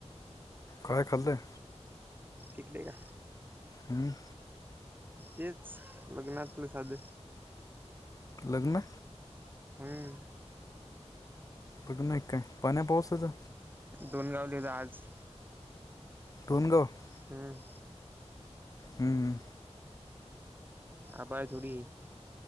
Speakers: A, on the left; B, on the right.
A: खाय खाल्लय?
B: इकडे या.
A: हम.
B: तेच लग्नातलं साध
A: लग्न?
B: हम्म.
A: पुढ नाही काय पाण्या पावसाचं?
B: डोंबिवलीला आज
A: कोणगो? <unintelligible>
B: हम्म.
A: हम्म.
B: आबारी आहे थोडी.